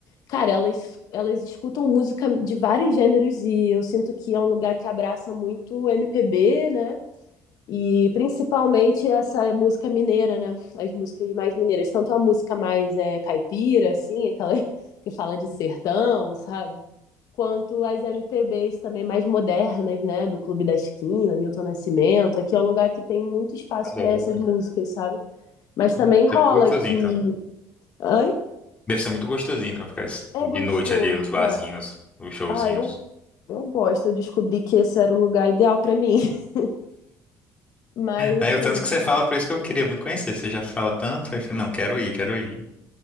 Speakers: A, on the left; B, on the left.
A: cara, elas, elas escutam música de vários gêneros e eu sinto que é um lugar que abraça muito MPB, né? E principalmente essa música mineira, né? As músicas mais mineiras, tanto a música mais é, caipira, assim, aquela <laughs> que fala de sertão, sabe? Quanto as MPBs também mais modernas, né? Do Clube da Esquina, Milton Nascimento. Aqui é um lugar que tem muito espaço
B: Adoro.
A: para essas músicas, sabe? Mas
B: Hum,
A: também
B: Deve ser
A: rola
B: muito gostosinho,
A: que.
B: então.
A: Ai,
B: Deve ser muito gostosinho, então, ficar es-
A: é
B: de
A: gostoso,
B: noite ali, os barzinhos,
A: cara.
B: os showzinhos.
A: Ah, eu, eu gosto. Eu descobri que esse era o lugar ideal para mim. <laughs> Mas,
B: Né,
A: assim,
B: o tanto que você fala, por isso que eu queria muito conhecer. Você já fala tanto, aí eu falei, não, quero ir, quero ir.